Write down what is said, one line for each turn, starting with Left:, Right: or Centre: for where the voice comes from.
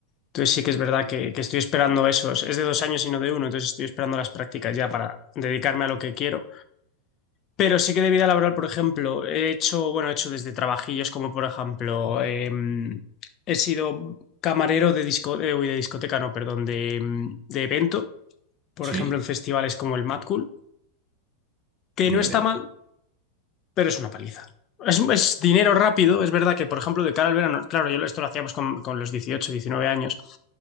Left: Entonces sí que es verdad que, que estoy esperando eso. Es es de dos años y no de uno, entonces estoy esperando las prácticas ya para dedicarme a lo que quiero. Pero sí que de vida laboral, por ejemplo, he hecho, bueno, he hecho desde trabajillos como, por ejemplo, em, he sido camarero de disco, eh, uy, de discoteca, no, perdón, de, em, de evento, por
Right: Sí,
Left: ejemplo, en festivales como el Mad Cool, que
Right: ni
Left: no está
Right: idea.
Left: mal, pero es una paliza. Es, es dinero rápido, es verdad que, por ejemplo, de cara al verano, claro, yo esto lo hacíamos con, con los 18, 19 años,